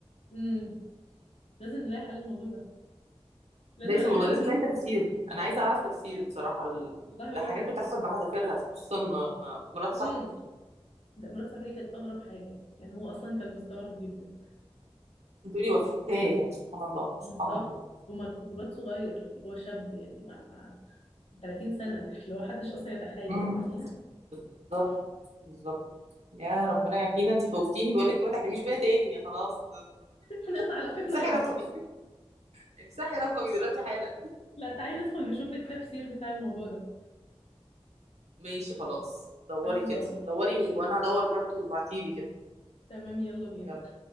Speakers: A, on the left; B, on the right.
A: امم لازم نلاقي حل الموضوع ده لازم
B: لازم
A: الاقي
B: والله
A: له
B: لازم
A: تفسير
B: نلاقي تفسير أنا عايزة أعرف تفسير بصراحة ل-
A: والله
B: لحاجات بتحصل بحذافيرها خصوصا آه، مرات
A: وانا
B: صاحبك دي
A: لا مرات صاحبي دي كانت اغرب حاجه يعني هو اصلا كان مستغرب جدا
B: بتقولي وفاة يعني سبحان الله سبحان
A: بالظبط
B: الله
A: وما وواد صغير اللي هو شاب يعني مع مع 30 سنه اللي هو محدش اصلا يتخيل
B: امم
A: فاهمه
B: بالظبط بالظبط يا ربنا يعافينا انت خوفتيني بقول لك ما تحرميش بيها تاني يا خلاص
A: احنا نقطع
B: <laughs>
A: علاقتنا
B: امسحي
A: هنا
B: رقمي امسحي رقمي دلوقتي حالا
A: لا تعالي ندخل نشوف التفسير بتاع الموضوع ده
B: ماشي خلاص دوري
A: تعالي ندور
B: كده دوري
A: ماشي
B: وانا هدور برضو وبعتيلي كده
A: تمام يلا بينا
B: يلا